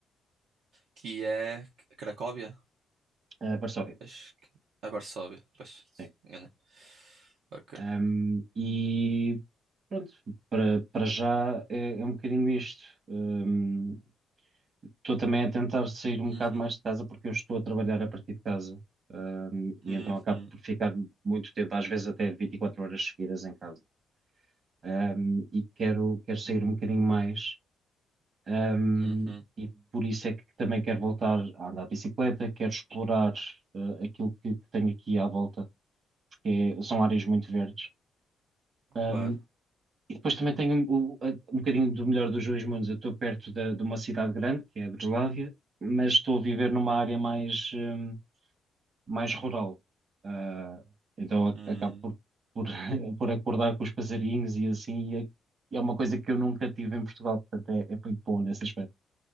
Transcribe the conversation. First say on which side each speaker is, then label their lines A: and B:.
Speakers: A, on the right; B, on the right.
A: Que é Cracóvia?
B: uh, Varsóvia.
A: Acho que é Varsóvia. Pois,
B: sim.
A: enganei. Ok.
B: Um, e pronto, para, para já é, é um bocadinho isto. Um, estou também a tentar sair um
A: Uhum,
B: bocado mais de casa porque eu estou a trabalhar a partir de casa. Um, e
A: uhum,
B: então acabo por ficar muito tempo, às vezes até 24 horas seguidas em casa. Um, e quero, quero sair um bocadinho mais. Um,
A: uhum.
B: e por isso é que também quero voltar a andar de bicicleta, quero explorar uh, aquilo que, que tenho aqui à volta, porque é- são áreas muito verdes. Um,
A: Claro.
B: e depois também tenho o- a- um, bocadinho do melhor dos dois mundos. Eu estou perto da- de uma cidade grande, que é a Breslávia, mas estou a viver numa área mais, um, mais rural. Uh, então ac-
A: Hum.
B: acabo por, por, <laughs> por acordar com os passarinhos e assim, e é, é uma coisa que eu nunca tive em Portugal, portanto é, é muito bom nesse aspecto.